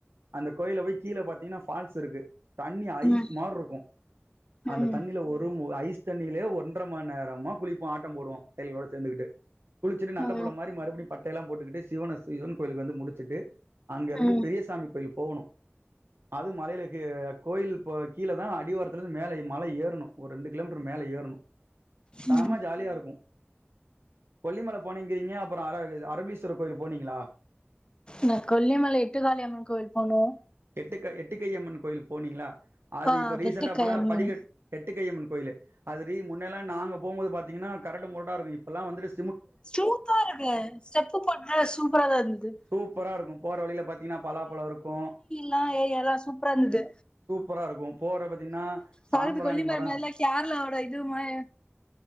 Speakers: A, on the right; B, on the left.
A: அந்த கோயில போய் கீழ பாத்தீங்கன்னா ஃபால்ஸ் இருக்கு தண்ணி ஐஸ்
B: ம்
A: மாரி இருக்கு
B: ம்
A: அந்த தண்ணில ஒரு மு ஐஸ் தண்ணிலயே ஒன்றர மணி நேரமா குளிப்போ ஆட்டோ போடுவோ பைல்கலோட சேர்ந்துட்டு குளிச்சுட்டு நல்ல
B: ம்
A: புல்ல மாரி மறுபடி பட் எல்லா போட்டுக்கிட்டு சிவன சிவன் கோயிலுக்கு வந்து முடிச்சுட்டு அங்க இருந்து
B: ம்
A: பெரியசாமி கோயில் போணு அது மலையிலக்கு கோயில் கீழ தா அடிவாரத்துலந்து மேல மல ஏறணு ஒரு ரெண்டு கிலோமீட்டர் மேல ஏறணு சாம
B: ம்
A: ஜாலியா இருக்கு கொல்லிமல போனீங்கிறீங்க அப்பறோ அர அரபலீஸ்வரர் கோயிலு போனீங்களா
B: நா கொல்லிமலை எட்டு காாளியம்மன் கோவில் போனே
A: எட்டுக் எட்டுக்கையம்மன் கோயில் போனீங்ளா அது
B: ஆ
A: இப்ப ரீசென்டா
B: கெட்டிக்காய்
A: போனா
B: அம்மன்
A: படிகட் எட்டு கையம்மன் கோயிலு அது ரி முன்னல்லா நாங்க போம்போது பாத்தீங்கன்னா கரட முரடா இருக்கு இப்பல்லா வந்துட்
B: சூப்ராருக்கு ஸ்டெப்பு போட்டு சூப்பரா தா இருந்தது
A: சூப்பரா இருக்கு போற வழில பாத் பத்தீங்கன்னா பலாப்பழோ இருக்கு
B: லா ஏரியாலா சூப்பரா இருந்தது
A: சூப்பரா இருக்கு போற பாத்தீங்கன்னா
B: பாக்கதுக்கு
A: சாம்பிராணி
B: கொல்லிமர
A: மரோ
B: மாரிலா கேரளாவோட இது மாரி